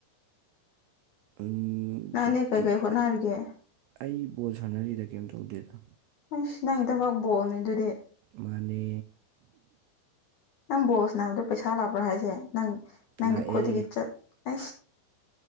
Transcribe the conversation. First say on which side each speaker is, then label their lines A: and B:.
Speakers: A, on the right; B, on the left.
A: ꯎꯝ
B: ꯅꯪꯗꯤ
A: ꯑꯗꯨꯗꯤ
B: ꯀꯩꯀꯩ ꯍꯣꯠꯅꯔꯤꯒꯦ
A: ꯑꯩ ꯕꯣꯜ ꯁꯥꯟꯅꯔꯤꯗ ꯀꯩꯝ ꯇꯧꯗꯦꯗ
B: ꯑꯁ ꯅꯪꯒꯤ ꯊꯕꯛ ꯕꯣꯜꯅꯤ ꯑꯗꯨꯗꯤ
A: ꯃꯥꯅꯦ
B: ꯅꯪ ꯕꯣꯜ ꯁꯅꯥꯕꯗꯣ ꯄꯩꯁꯥ ꯂꯥꯛꯄ꯭ꯔꯥ ꯍꯥꯏꯁꯦ ꯅꯪ ꯅꯪꯒꯤ
A: ꯂꯥꯛꯑꯦ
B: ꯈꯨꯠꯇꯒꯤ ꯆꯠꯁ